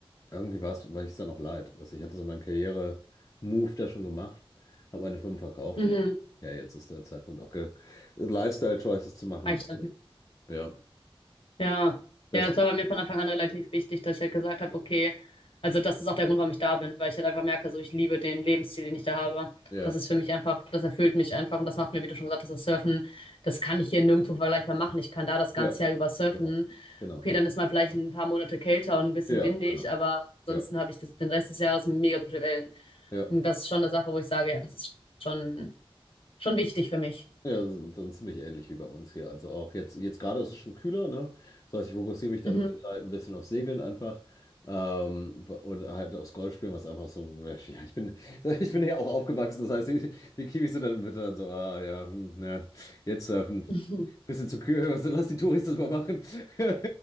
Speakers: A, on the left (about 35°); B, on the left (about 65°).
A: irgendwie war es, war ich es dann auch leid. Weißt du, ich hatte so meinen Karriere-Move da schon gemacht, habe meine Firmen verkauft
B: mhm,
A: und ja, jetzt ist der Zeitpunkt auch ge Lifestyle-Choices zu machen.
B: reicht dann.
A: Ja,
B: Ja,
A: beste.
B: ja, das war bei mir von Anfang an relativ wichtig, dass ich halt gesagt habe, okay, also das ist auch der Grund, warum ich da bin, weil ich halt einfach merke, so ich liebe den Lebensstil, den ich da habe.
A: Ja.
B: Das ist für mich einfach, das erfüllt mich einfach und das macht mir, wie du schon gesagt hast, das Surfen, das kann ich hier nirgendwo vergleichbar machen. Ich kann da das ganze
A: Ja,
B: Jahr über surfen.
A: genau. Genau.
B: Okay, dann ist mal vielleicht ein paar Monate kälter und ein bisschen
A: Ja,
B: windig,
A: genau.
B: aber ansonsten
A: Ja.
B: habe ich das, den Rest des Jahres mega gute Wellen.
A: Ja.
B: Und das ist schon eine Sache, wo ich sage, ja, das ist schon, schon wichtig für mich.
A: Ja, so- dann ziemlich ähnlich wie bei uns hier. Also auch jetzt, jetzt gerade ist es schon kühler, ne? Das heißt, ich fokussiere mich dann
B: Mhm.
A: im Winter
B: <laughs>
A: halt ein bisschen auf Segeln einfach. Ähm, und halt aufs Golfspielen, was einfach so, ja, ich bin, <laughs> ich bin ja auch aufgewachsen, das heißt, <laughs> die, die Kiwis sind dann im Winter dann so, ah ja, hm, ja, jetzt surfen.
B: Mhm.
A: Bisschen zu kühl, <laughs> also lass die Touris das mal machen. <laughs>